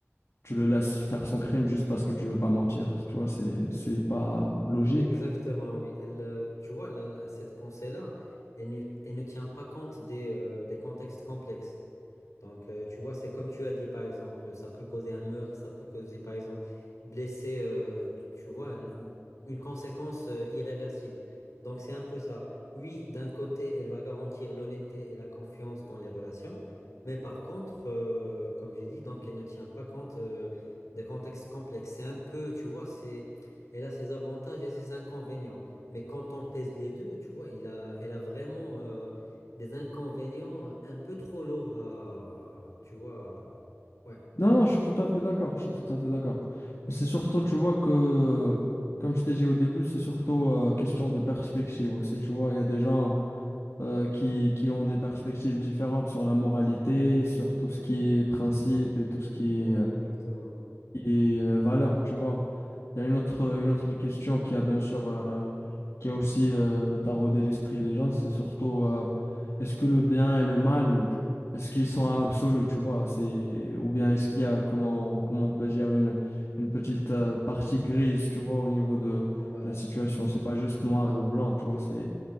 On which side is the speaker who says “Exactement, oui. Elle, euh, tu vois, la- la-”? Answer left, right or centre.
Left